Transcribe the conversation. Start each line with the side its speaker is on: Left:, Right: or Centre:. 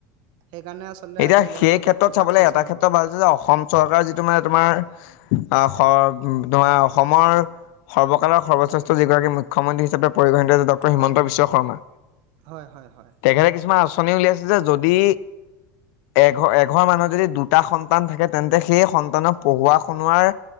Right: সেইকাৰণে আচলতে
Left: এতিয়া
Right: আজিকালি
Left: সেই
Right: মানুহ বিলাক
Left: ক্ষেত্ৰত
Right: সজাগ
Left: চাবলৈ
Right: হৈছে
Left: এটা
Right: বাৰু
Left: ক্ষেত্ৰত ভাল হৈছে যে অসম চৰকাৰৰ যিটো মানে তোমাৰ অ', তোমাৰ অসমৰ সৰ্বকালৰ সৰ্বশ্ৰেষ্ঠ যিগৰাকী মুখ্যমন্ত্ৰী হিচাপে পৰিগণিত ড হিমন্ত
Right: হয়
Left: বিশ্ব শৰ্মা
Right: হয় হয় হয়
Left: তেখেতে কিছুমান অঠনি উলিয়াইছে যে যদি এঘৰ এঘৰ মানুহ যদি দুটা সন্তান থাকে তেন্তে সেই সন্তানক পঢ়োৱা শুনোৱাৰ